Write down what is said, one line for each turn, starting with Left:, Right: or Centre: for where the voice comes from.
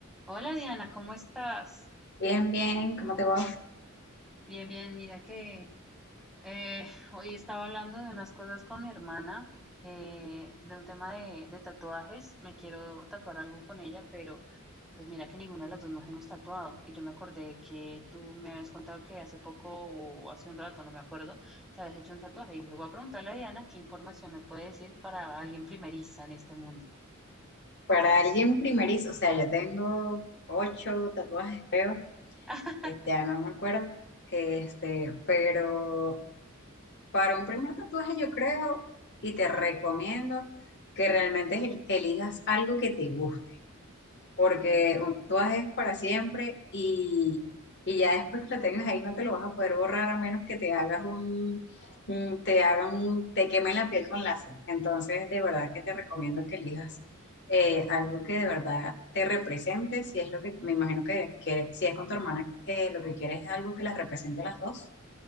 Centre: Hola Diana, ¿cómo estás?
Left: Bien, bien, ¿cómo te va?
Centre: Bien, bien, mira que eh, hoy estaba hablando de unas cosas con mi hermana, eh, de un tema de, de tatuajes. Me quiero tatuar algo con ella, pero pues mira que ninguna de las dos nos hemos tatuado. Y yo me acordé que tú me habías contado que hace poco o hace un rato, no me acuerdo, te habías hecho un tatuaje. Y dije, voy a preguntarle a Diana qué información me puede decir para alguien primeriza en este mundo.
Left: Para alguien primerizo, o sea, yo tengo ocho tatuajes, creo,
Centre: <laughs>
Left: eh, ya no me acuerdo, este, pero para un primer tatuaje yo creo y te recomiendo que realmente el- elijas algo que te guste. porque
Centre: Ujú,
Left: un tatuaje es para siempre y, y ya después que lo tengas ahí no te lo vas a poder borrar a menos que te hagas un, un- te hagan un, te quemen la piel con láser. Entonces, de verdad que te recomiendo que elijas eh, algo que de verdad te represente, si es lo que, me imagino que, que si es con tu hermana, que lo que quieres es algo que las represente a las dos.